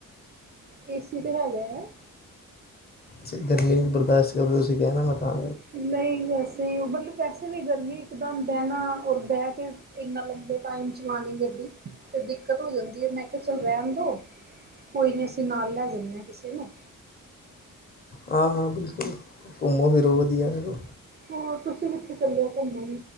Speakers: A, on the right; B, on the left.
A: ਏ ਸੀ ਤੇ ਹੈਗਾ ਹੈ।
B: ਜੇ ਗਰਮੀ ਨੂੰ ਬਰਦਾਸ਼ਤ ਕਰਦੇ, ਤੁਸੀਂ ਕਹਿਣਾ ਮੈਂ ਤਾਂ
A: ਨਹੀਂ ਵੈਸੇ ਹੀ ਓਹ, ਮਤਲਬ ਵੈਸੇ ਵੀ ਗਰਮੀ ਇੱਕਦਮ ਬਹਿਣਾ ਔਰ ਬਹਿ ਕੇ ਇੰਨਾ ਲੰਬੇ ਟਾਈਮ ਚਲਾਣੀ ਗੱਡੀ ਫਿਰ ਦਿੱਕਤ ਹੋ ਜਾਂਦੀ ਹੈ, ਮੈਂ ਕਿਹਾ ਚੱਲ ਰਹਿਣ ਦਿਉ ਕੋਈ ਨਹੀਂ ਅਸੀਂ ਨਾਲ ਲੈ ਜਾਂਦੇ ਹਾਂ ਕਿਸੇ ਨੂੰ
B: ਹਾਂ-ਹਾਂ ਬਿਲਕੁਲ ਘੁੰਮੋ ਫਿਰੋ ਵਧੀਆ ਹੈਗਾ।
A: ਹੋਰ ਤੁਸੀਂ ਕਿੱਥੇ ਚੱਲ ਹੋ ਘੁੰਮਣ